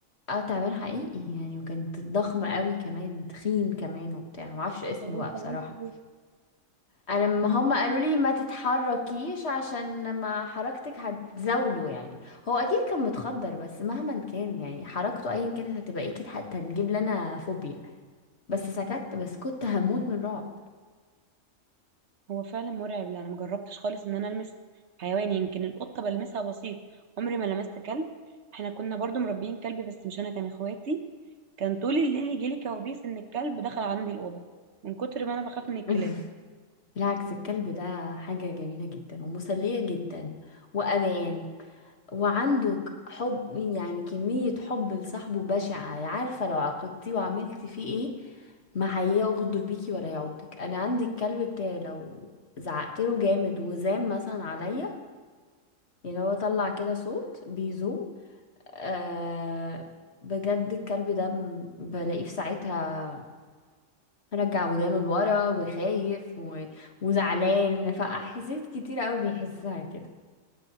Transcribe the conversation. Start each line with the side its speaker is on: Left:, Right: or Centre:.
Left: اه تعبان حقيقي يعني وكانت ضخمة قوي كمان تخين كمان وبتاع معرفش اسمه
Right: طب وانت
Left: بقى بصراحة
Right: عملت ايه
Left: انا لما هم قالوا لي ما تتحركيش عشان ما حركتك هتزاوله يعني هو اكيد كان متخدر بس مهما كان يعني حركته ايا كانت هتبقى اكيد حتى هتجيب لنا فوبيا بس سكت بس كنت هموت من رعب
Right: هو فعلا مرعب لا انا مجربتش خالص ان انا المس حيوان يمكن القطه بلمسها بسيط عمري ما لمست كلب احنا كنا برضو مربيين كلب بس مش انا كان اخواتي كان طول الليل يجيلي كوابيس ان الكلب دخل عندي الاوضه من كتر ما انا بخاف
Left: <laughs>
Right: من الكلاب
Left: بالعكس الكلب ده حاجة جميلة جدا ومسلية جدا وأمان وعنده ك- حب يعني كمية حب لصاحبه بشعة يعني عارفة لو عاقبتيه وعملتي فيه ايه ما هيغدر بيكي ولا يعضك انا عندي الكلب بتاعي لو زعقت له جامد وزام مثلا عليا يعني هو طلع كده صوت بيزوم آه بجد الكلب ده م- بلاقيه في ساعتها رجع ودانه لورا وخايف و... وزعلان فأحاسيس كتير قوي بيحسها كده